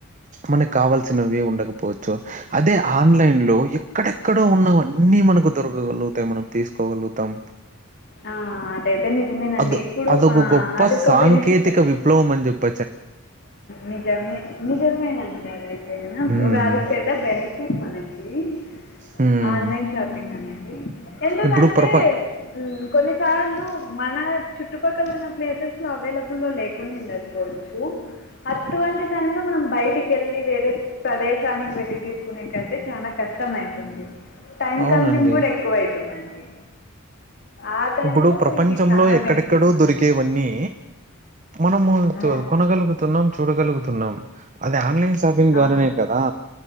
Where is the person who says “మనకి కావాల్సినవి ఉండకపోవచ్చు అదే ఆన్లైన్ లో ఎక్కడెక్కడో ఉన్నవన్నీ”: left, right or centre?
Right